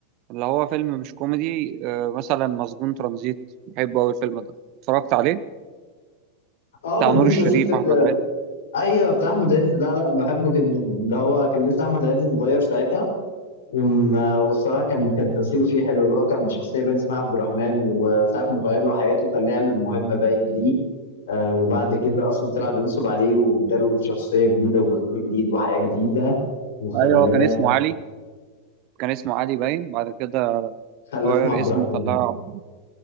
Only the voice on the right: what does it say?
اللي هو فيلم مش كوميدي آه، مثلا مسجون ترانزيت بحبه قوي الفيلم ده اتفرجت عليه
بتاع
نور
الشريف
واحمد عز
ايوه هو كان اسمه علي كان اسمه علي باين بعد كده
غير
اسمه
خلاه عبد